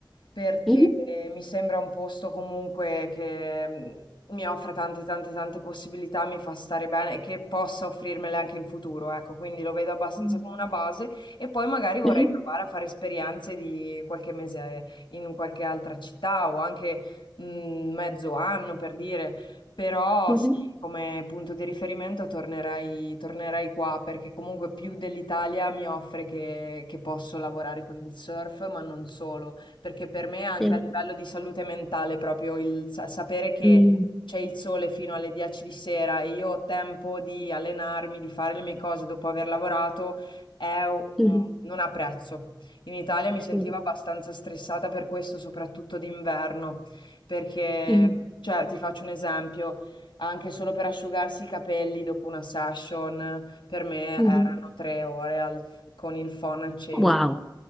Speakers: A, on the left (about 75°); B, in the centre.
A: perché
B: mhm,
A: mi sembra un posto comunque che mh, mi offra tante, tante, tante possibilità, mi fa stare bene e che possa offrirmele anche in futuro, ecco, quindi lo vedo abbastanza
B: Mm.
A: come una base e poi magari vorrei
B: mhm,
A: provare a fare esperienze di qualche mese in qualche altra città o anche mh, mezzo anno per dire, però
B: mhm,
A: sì, come punto di riferimento tornerei, tornerei qua perché comunque più dell'Italia mi offre che, che posso lavorare con il surf, ma non solo, perché per me anche
B: sì,
A: a livello di salute mentale proprio il sa- sapere che
B: mm,
A: c'è il sole fino alle 10 di sera e io ho tempo di allenarmi, di fare le mie cose dopo aver lavorato, è un-
B: mhm,
A: non ha prezzo. In Italia mi sentivo
B: sì,
A: abbastanza stressata per questo, soprattutto d'inverno perché,
B: mm,
A: cioè, ti faccio un esempio, anche solo per asciugarsi i capelli dopo una session, per me
B: mhm.
A: erano tre ore al- con il phon acceso.
B: Wow,